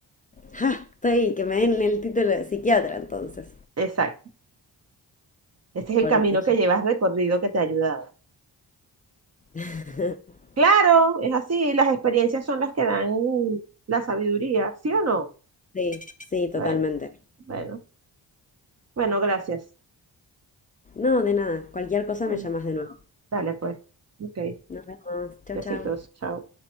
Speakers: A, on the left; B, on the right.
A: ¡Ja! Estoy, que me den el título de psiquiatra entonces.
B: Exacto. Este es el
A: Porque
B: camino
A: yo-
B: que llevas recorrido que te ha ayudado.
A: <laughs>
B: Claro, es así, las experiencias son las que dan la sabiduría, ¿sí o no?
A: Sí, sí, totalmente.
B: Bueno, bueno, bueno, gracias.
A: No, de nada. Cualquier cosa
B: Bueno,
A: me llamas de nuevo.
B: dale pues. Ok,
A: Nos vemos. Chau,
B: besitos,
A: chau.
B: chao.